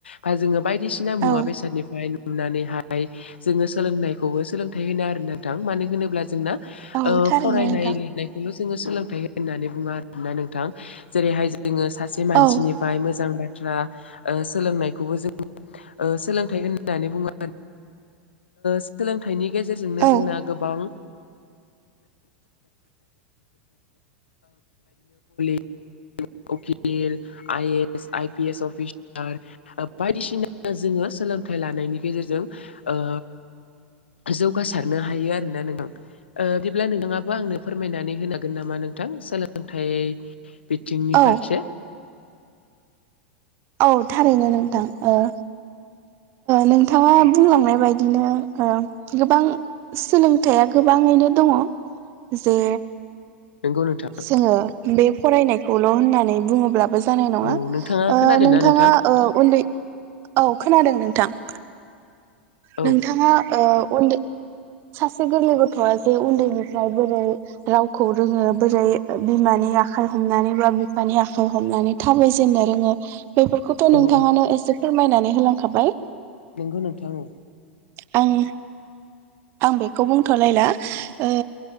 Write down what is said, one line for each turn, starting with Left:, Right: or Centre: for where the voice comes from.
Left: बा जो बायदिसिना मुवा
Right: औ
Left: बेसाद नुनानैहाय जोङो सोलोंनायखौबो सोलोंथाइ होनो आरो नोंथां। मानो होनोब्ला जोंना
Right: औ
Left: ओ
Right: थारैनो
Left: फरायनाय
Right: नोंथां
Left: लिरनायखौ नो जोङो सोलोंथाइ होननानै बुङो आरो ना नोंथां। जेरैहाय जोङो सासे मानसिनि
Right: औ
Left: मोजां बाथ्रा सोलोंनायखौबो जों सोलोंथाइ होननानै बुङो। सोलोंथाइनि गेजेरजोंनो
Right: औ
Left: जोंना गोबां <inaudible> उकिल, I S, I P S officer, बायदिसिना जोङो सोलोंथाइ लानायनि गेजेरजों ओ जौगासारनो हायो आरोना नोंथां। ओ बिदिब्ला नोंथाङाबो आंनो फोरमायनानै होनो हागोन नामा नोंथां सोलोंथाइ बिथिंनि
Right: औ
Left: फारसे,
Right: औ थारैनो नोंथां औ। नोंथाङा बुंलांनाय बायदिनो ओ गोबां सोलोंथाइया गोबाङैनो दङ' जे
Left: नंगौ नोंथां
Right: जोङो बे फरायनायखौल' होननानै बुङोब्लाबो जानाय नङा
Left: औ
Right: ओ
Left: नोंथाङा खोनादोंना
Right: नोंथाङा
Left: नोंथां
Right: ओ उन्दै औ खोनादों नोंथां
Left: औ
Right: नोंथाङा ओ उन्दै सासे गोरलै गथ'आ जे उन्दैनिफ्राय बोरै रावखौ रोङो बोरै बिमानि आखाइ हमनानै बा बिफानि आखाइ हमनानै थाबाय जेननो रोङो बेफोरखौथ'
Left: औ
Right: नोंथाङानो
Left: औ
Right: एसे फोरमायनानै होलांखाबाय
Left: नोंगौ नोंथां औ।
Right: आं आं बेखौ बुंथ'लायला ओ